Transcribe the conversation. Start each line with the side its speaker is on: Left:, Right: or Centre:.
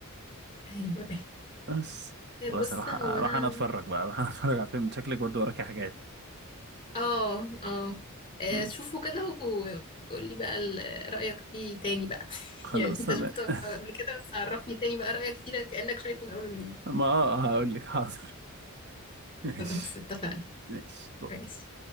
Left: ايوه
Right: <laughs> بس خلاص
Left: بص
Right: أروح
Left: هو
Right: أروح
Left: انا
Right: أنا أتفرج بقى أروح أنا أتفرج على فيلم شكلك برضه وراكي حاجات
Left: اه اه آه،
Right: مم.
Left: شوفه كده وقولي بقى ال- رأيك فيه تاني بقى <laughs>
Right: خلاص
Left: يعني انت
Right: تمام
Left: شفته
Right: <laughs>
Left: قبل كده بس عرفني تاني بقى رأيك فيه لأ كأنك شايفه من اول وجديد
Right: ما آه آه، هقول لك حاضر <laughs> ماشي
Left: خلاص اتفقنا
Right: ماشي
Left: ماشي